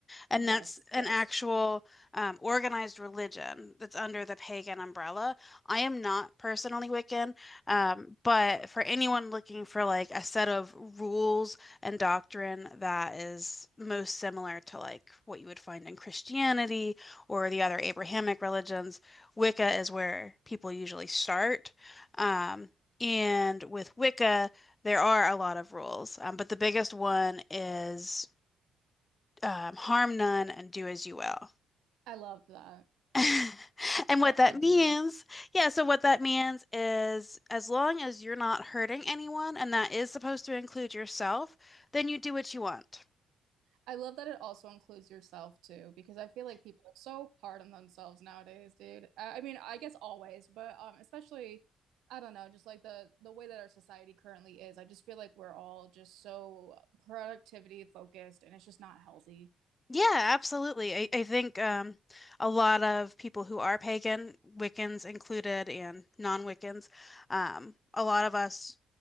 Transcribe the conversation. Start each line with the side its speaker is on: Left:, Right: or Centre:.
Left: and
Right: Yes,
Left: that's an
Right: yes.
Left: actual um, organized religion that's under the pagan umbrella. I am not personally Wiccan, um, but for anyone looking for like a set of rules and doctrine that is most similar to like what you would find in Christianity or the other Abrahamic religions, Wicca is where people usually start. Um, and with Wicca, there are a lot of rules, um, but the biggest one is um, harm none and do as you will.
Right: I love that.
Left: <laughs> And
Right: I,
Left: what that
Right: I do.
Left: means, yeah, so what that means is as long as you're not hurting anyone, and that is supposed to include yourself, then you do what you want.
Right: I love that it also includes yourself too, because I feel like people are so hard on themselves nowadays, dude. I, I mean, I guess always, but um, especially, I don't know, just like the the way that our society currently is. I just feel like we're all just so productivity focused, and it's just not healthy.
Left: Yeah, absolutely. I, I think um, a lot of people who are pagan, Wiccans included, and non-Wiccans, um, a lot of us